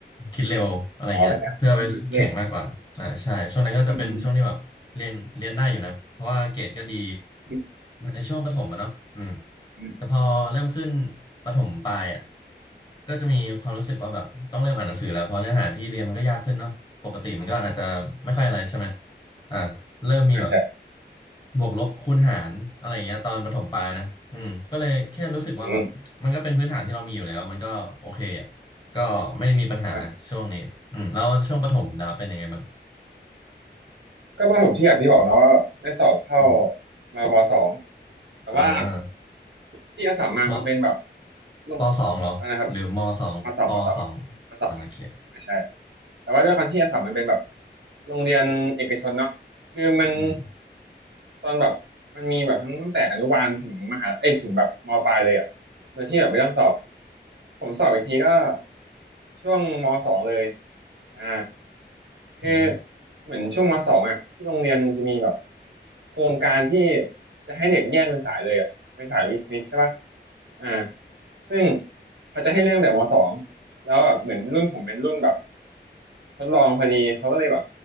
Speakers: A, on the left; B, on the right.
A: คิดเร็วอะไรเงี้ยเพื่อไปแข่งมากกว่าอ่าใช่ช่วงนั้นก็จะเป็นช่วงที่แบบเรียนเรียนได้อยู่นะเพราะว่าเกรดก็ดี
B: อ๋อเป็นไงก็คือเลขอืม อืม
A: ในช่วงประถมอะเนาะอืม
B: อม
A: แต่พอเริ่มขึ้นประถมปลายอ่ะ ก็จะมีความรู้สึกว่าแบบต้องเริ่มอ่านหนังสือแล้วเพราะเนื้อหาที่เรียนมันก็ยากขึ้นเนาะปกติมันก็อาจจะไม่ค่อยอะไรใช่ไหมอ่าเริ่มมีแบบ
B: อ่าใช่
A: บวกลบคูณหารอะไรอย่างเงี้ยตอนประถมปลายนะอืมก็เลยแค่รู้สึกว่าแบบมันก็เป็นพื้นฐานที่เรามีอยู่แล้วมันก็โอเคอ่ะก็ไม่มีปัญหาช่วงนี้อืมแล้วช่วงประถมดาวเป็นยังไงบ้าง
B: อืมอ่ะก็ประถมที่อย่างที่บอกเนาะว่าแบบได้สอบเข้า
A: อืม
B: มามสองแต่ว่า
A: อ่า
B: ที่อาสามมามันเป็นแบบ
A: ม
B: ลง
A: ปสองเหรอหรือมสองปสอง
B: อะไรนะครับมสองมสองมสองมสองอ่าใช่
A: อ่าโอเค
B: แต่ว่าด้วยความที่อาสามมันเป็นแบบโรงเรียนเอกชนเนาะคือมัน
A: อืม
B: ตอนแบบมันมีแบบทั้งตั้งแต่อนุบาลถึงมหาเอ้ยถึงแบบมปลายเลยอ่ะโดยที่แบบไม่ต้องสอบผมสอบอีกทีก็ช่วงมสองเลยอ่า คือ
A: โอ้
B: เหมือนช่วงมสองอ่ะที่โรงเรียนมันจะมีแบบโครงการที่จะให้เด็กแยกเป็นสายเลยอ่ะเป็นสายวิทย์วิทใช่ป่ะอ่าซึ่งเขาจะให้เร่องแต่มสองแล้วแบบเหมือนรุ่นผมเป็นรุ่นแบบทดลองพอดีเขาก็เลยแบบ